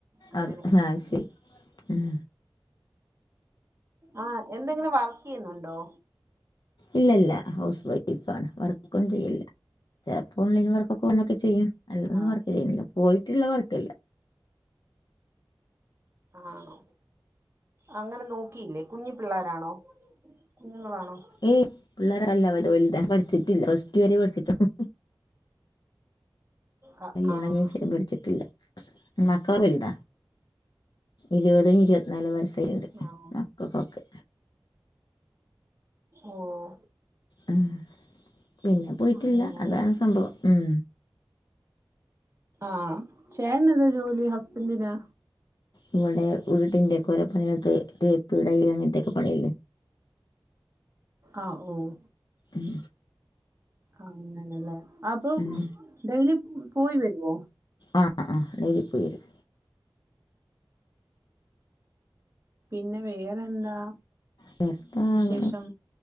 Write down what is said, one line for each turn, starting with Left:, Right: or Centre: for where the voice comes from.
Right: അങ്ങനെ
Left: അത് ആഹ് ശരി ഉം
Right: ആഹ് എന്തെങ്കിലും വർക്കെയ്യുന്നുണ്ടോ
Left: ഇല്ല ഇല്ല ഹൗസ് വൈഫാണ് വർക്കും ചെയ്യലില്ല ചെൽപ്പൊ ഓൺലൈൻ വർക്കൊക്ക വന്നൊക്കെ ചെയ്യും അല്ലാതൊന്നും
Right: ആ
Left: വർക്ക് ചെയ്യണില്ല പോയിട്ടുള്ള വർക്കല്ല
Right: ആണോ അങ്ങനെ നോക്കിയില്ലേ കുഞ്ഞ് പിള്ളാരാണോ കുഞ്ഞുങ്ങളാണോ
Left: ഏയ് പിള്ളേ അല്ല വൽതാ പട്ച്ചിട്ടില്ല പ്ലസ്ടു വരെ പട്ച്ച്ട്ടുള്ളു
Right: ആഹ്
Left: കല്യാണം
Right: ആഹ്
Left: കഴിച്ചിട്ട് പട്ച്ചിട്ടില്ല. മക്കള് വൽതാ ഇര്വതും ഇരുവത്ത്നാലും വയസായിട്ട്ണ്ട് <unintelligible>
Right: ആഹ്
Left: ഓക്കെ
Right: ഓഹ്
Left: ഉം പിന്നെ പോയിട്ടില്ല
Right: അങ്ങനെല്ലേ
Left: അതാണ് സംഭവം ഉം
Right: ആഹ് ചേട്ട്ന് എന്താ ജോലി ഹസ്ബന്റിന്
Left: ഇവിടെ വീടിന്റേക്ക ഓരോ പണികള് തേ തേപ്പ് ടൈല് അങ്ങൻത്തെക്ക പണി ഇല്ലേ
Right: ആഹ് ഓഹ്
Left: ഉം
Right: ആഹ് അങ്ങനല്ലേ അപ്പം
Left: ഉം.
Right: ഡെയ്ലി പോയി വരോ
Left: ആഹ് ആഹ് ഡെയ്ലിപ്പോയി വരും
Right: പിന്നെ വേറെന്താ
Left: വേർത്താങ്ങനെ
Right: വിശേഷം